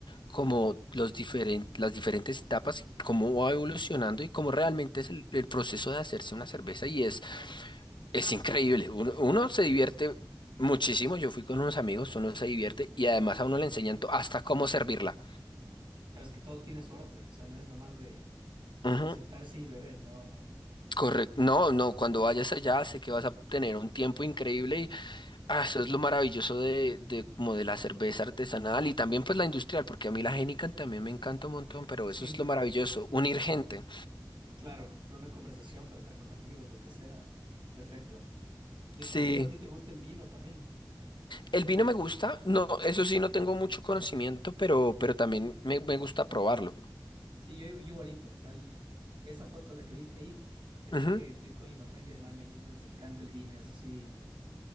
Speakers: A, on the left; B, on the right.
A: como los diferen- las diferentes etapas y cómo va evolucionando y cómo realmente es el, el proceso de hacerse una cerveza. Y es
B: Claro.
A: es increíble, uno, uno se divierte muchísimo, yo fui con unos amigos, uno se divierte y además a uno le enseñan to- hasta cómo servirla.
B: Claro, es que todo tiene suerte. O sea, no es nada más de,
A: Ujú,
B: de sentarse y beber. No, no.
A: Correcto, no, no, cuando vayas allá sé que vas a tener un tiempo increíble y ah, eso es lo maravilloso de, de como de la cerveza artesanal y también pues la industrial, porque a mí la Heineken también me encanta un montón, pero
B: Sí,
A: eso es lo maravilloso, unir gente.
B: claro, para una conversación, para estar con amigos, lo que sea. Perfecto. Y de
A: Sí,
B: casualidad, ¿a ti te gusta el vino también?
A: el vino me gusta, no, eso sí no tengo mucho conocimiento, pero, pero también me, me gusta probarlo.
B: Sí, yo, yo igualito, o sea, el- esa foto la que viste ahí es
A: Ujú.
B: que fui con mi papá y mi hermano, a ellos les encanta el vino, eso sí,